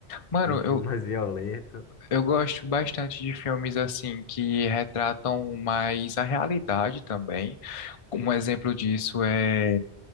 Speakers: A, on the left; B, on the left.
A: Mano,
B: de um filme
A: eu,
B: <laughs> mais violento.
A: Eu gosto bastante de filmes assim que retratam mais a realidade também. Um exemplo disso é